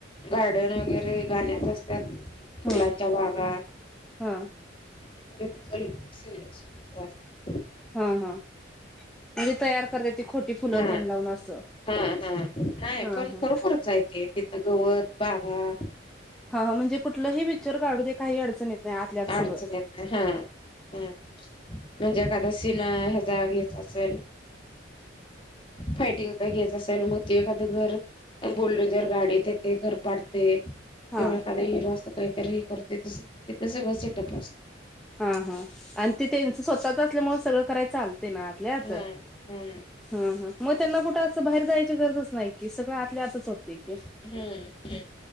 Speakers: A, on the left (about 25°); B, in the centre.
A: गार्डन वगैरे गाण्यात असतात फुलांच्या
B: हा
A: बागा
B: हा
A: <unintelligible>
B: हा! म्हणजे तयार करता ती खोटी फुलं
A: हा
B: तेन लावून असं
A: हां हां नाही
B: हा
A: पण
B: हा
A: खरोखरच आहे ते तिथं गवत बागा
B: हा म्हणजे कुठलंही पिक्चर काढू दे काही अडचण येत नाही आतल्यात सगळं
A: अडचणी येत नाही. हा हा म्हणजे एखादा सिना ह्या जागीच असेल, फायटिंग तर घ्यायच असेल मग त एखाद घर बुलडझर गाडी येते घर पाडते किंवा
B: हा
A: एखादा हर अस काहीतरी हे करते तस सगळं सेटअप असते.
B: हा हा आणि ते त्यांच स्वतःच असल्यामुळे सगळ कराय चालत. तेन आतल्या आत
A: हां हां
B: ह ह मग त्यांना कुठं असं बाहेर जायची गरजं अस नाही की सगळं आतल्या आतच होतं.
A: हम्म